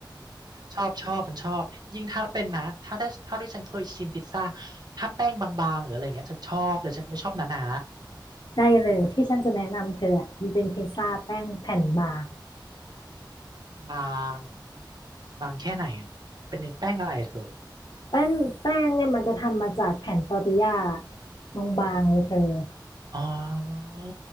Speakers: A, on the right; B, on the left.
A: ชอบชอบฉันชอบยิ่งถ้าเป็นนะถ้าถ้าเท่าที่ฉันเคยชิมพิซซ่าถ้าแป้งบางๆหรืออะไรเงี้ยฉันชอบเลยฉันไม่ชอบหนา
B: ได้เลยที่ฉันจะแนะนำเธออะมันเป็นพิซซ่าแป้งแผ่นบาง
A: ๆบางบางแค่ไหนอะเป็นแป้งอะไรอะเธอ
B: แป้งแป้งเนี่ยมันจะทำมาจากแผ่นตอร์ติญาบางๆเลยเธอ
A: อ๋อ